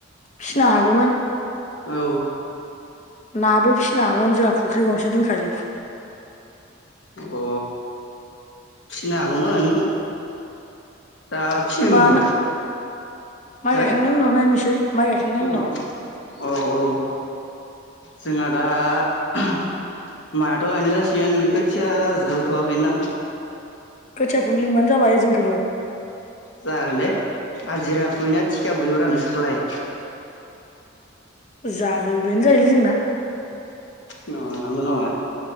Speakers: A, on the left; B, on the left.
A: फिसिना हागौमोन
B: औ
A: नाबो फिसिनो हागौमोन जोंहा फुख्रि गंसे दोनखायो
B: अ फिसिनो हागौमोन दा
A: होमबा
B: फिसिनो नामा
A: माइ
B: हो
A: गायखांनायनि उनाव नायनोसै माइ गायखांनाय
B: औ
A: उनाव
B: औ औ जोंहा दा माइआथ गायनो जासिगोन खोथिया जौथवाखै ना
A: खोथिया फुनो लिंबानो जाबाय जोंखोबो
B: जागोन दे हाजिरा फुयोना थिखा फुयोब्रा नोंसोरलाय
A: जाहै होयो बेनो जायोलै जोंना
B: न नंगो नामा